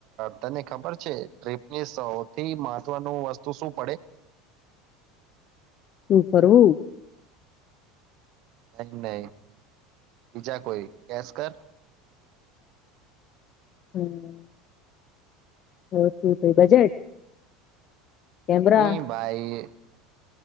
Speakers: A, on the right; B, on the left.
A: તને ખબર છે ટ્રીપની સૌથી મહત્વનું વસ્તુ શું પડે <unintelligible>
B: તું ફરવું <inaudible>
A: નહી નહી <unintelligible> બીજા કોઈ કેશ કર <unintelligible>
B: <inaudible> કેમરા
A: નહી ભાઈ